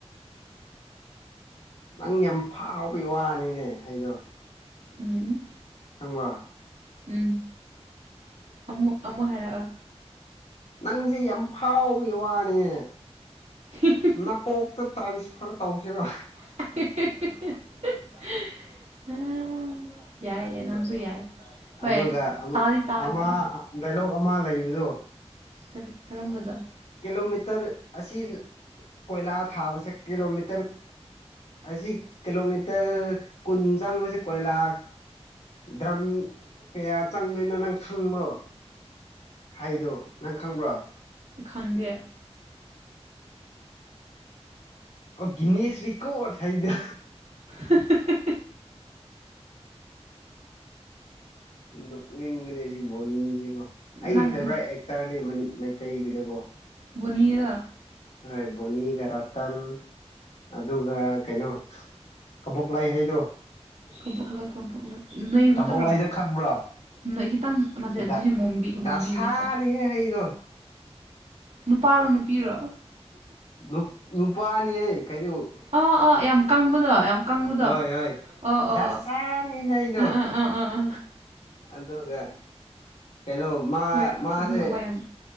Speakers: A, on the left; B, on the right.
A: ꯅꯪ ꯌꯥꯝ ꯐꯥꯎꯕꯒꯤ ꯋꯥꯅꯤꯅꯦ ꯍꯥꯏꯗꯣ
B: ꯎꯝ
A: ꯈꯪꯕꯔꯣ
B: ꯎꯝ ꯑꯃꯨꯛ ꯑꯃꯨꯛ ꯍꯥꯏꯔꯛꯑꯣ
A: ꯅꯪꯖꯦ ꯌꯥꯝ ꯐꯥꯎꯕꯩ ꯋꯥꯅꯦ
B: ꯎꯝ ꯎꯝ
A: ꯅꯀꯣꯛꯇ ꯇ꯭ꯔꯥꯟꯁꯐꯔ ꯇꯧꯁꯤꯔꯣ
B: <unintelligible>
A: ꯈꯪꯕꯗꯣ
B: ꯌꯥꯏ ꯅꯪꯁꯨ ꯌꯥꯏ ꯍꯣꯏ
A: ꯑꯗꯨꯒ ꯑꯃꯨꯛ
B: ꯇꯥꯗꯤ ꯇꯥꯈ꯭ꯔꯦ
A: ꯑꯃ ꯗꯥꯏꯂꯣꯛ ꯑꯃ ꯂꯩꯕꯗꯣ
B: ꯀꯔꯤ ꯀꯔꯝꯕꯗ
A: ꯀꯤꯂꯣꯃꯤꯇꯔ ꯑꯁꯤ ꯀꯣꯏꯂꯥ ꯊꯥꯕꯁꯦ ꯀꯤꯂꯣꯃꯤꯇꯔ ꯑꯁꯤ ꯀꯤꯂꯣꯃꯤꯇꯔ ꯀꯨꯟ ꯆꯪꯕꯁꯦ ꯀꯣꯏꯂꯥ ꯗ꯭ꯔꯝ ꯀꯌꯥ ꯆꯪꯗꯣꯏꯅꯣ ꯅꯪ ꯈꯪꯕꯔꯣ ꯍꯥꯏꯗꯣ ꯅꯪ ꯈꯪꯕ꯭ꯔꯣ
B: ꯈꯪꯗꯦ
A: ꯑꯣ ꯒꯤꯅꯤꯏ ꯔꯤꯀꯣꯠ ꯍꯥꯏꯗꯣ
B: <unintelligible>
A: ꯅꯣꯛꯅꯤꯡꯕꯅꯦ ꯁꯤ ꯕꯣꯅꯤꯁꯤꯀꯣ ꯑꯩꯒꯤ
B: ꯅꯪ
A: ꯐꯦꯚꯣꯔꯥꯏꯠ ꯑꯦꯛꯇꯔ ꯃꯅꯤ ꯃꯩꯇꯩꯒꯤꯗꯀꯣ
B: ꯕꯣꯅꯤ ꯔꯥ
A: ꯍꯣꯏ ꯕꯣꯅꯤꯒ ꯔꯇꯟ ꯑꯗꯨꯒ ꯀꯩꯅꯣ ꯀꯕꯣꯛ ꯂꯥꯏ ꯍꯩꯗꯣ
B: ꯀꯕꯣꯛꯂꯩ ꯀꯕꯣꯛꯂꯩ ꯅꯩꯕꯗꯨꯔꯣ
A: ꯀꯥꯕꯣꯛꯂꯩ ꯗꯣ ꯈꯪꯕ꯭ꯔꯣ
B: ꯅꯣꯏ ꯈꯤꯇꯪ ꯅꯠꯇꯦ ꯑꯗꯨꯗꯤ
A: ꯗ
B: ꯃꯣꯝꯕꯤ ꯃꯣꯝꯕꯤꯅꯤꯀꯣ
A: ꯗꯁꯥꯅꯤꯍꯦ ꯍꯩꯩꯗꯣ
B: ꯅꯨꯄꯥꯔꯣ ꯅꯨꯄꯤꯔꯣ
A: ꯅꯨ ꯅꯨꯄꯥꯅꯤ ꯍꯦ ꯀꯩꯅꯩꯅꯣ
B: ꯑꯥ ꯑꯥ ꯌꯥꯝ ꯀꯪꯕꯗꯣ ꯌꯥꯝ ꯀꯪꯕꯗꯣ
A: ꯍꯣꯏ ꯍꯣꯏ
B: ꯑꯥ ꯑꯥ
A: ꯗꯁꯥꯅꯤ ꯍꯩꯗꯣ
B: ꯑꯥ ꯑꯥ ꯑꯥ ꯑ
A: ꯑꯗꯨꯒ ꯀꯩꯅꯣ ꯃꯥ
B: ꯍꯣꯏ
A: ꯃꯥꯁꯦ
B: ꯑꯗꯨ ꯅꯨꯄꯥ ꯌꯥꯝ